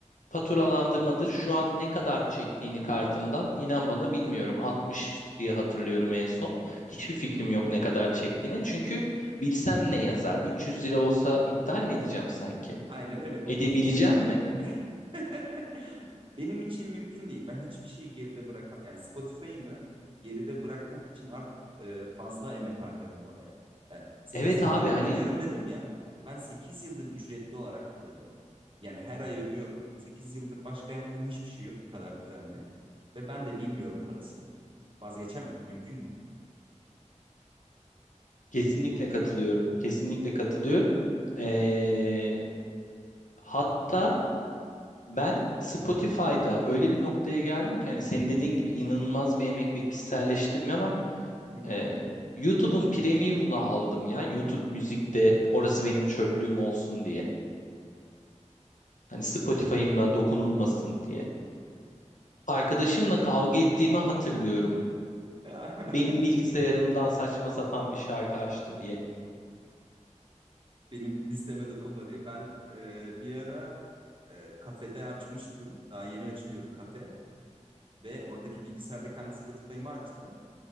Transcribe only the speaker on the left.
faturalandırmadır. Şu an ne kadar çektiğini kartımdan inan bana bilmiyorum 60 diye hatırlıyorum en son. Hiçbir fikrim yok ne kadar çektiğini çünkü bilsem ne yazar 300 lira olsa iptal mi edeceğim sanki?
Edebileceğim
mi?
Evet
abi
hani
Kesinlikle katılıyorum. Kesinlikle katılıyorum. Ee, hatta ben Spotify'da öyle bir noktaya geldim ki hani senin dediğin gibi inanılmaz bir emek ve kişiselleştirme var.
Ee, YouTube'un premium'unu aldım ya. YouTube müzikte orası benim çöplüğüm olsun diye. Hani Spotify'ımla dokunulmasın diye. Arkadaşımla
kavga ettiğimi hatırlıyorum.
Benim bilgisayarımdan saçma sapan bir şarkı açtı diye.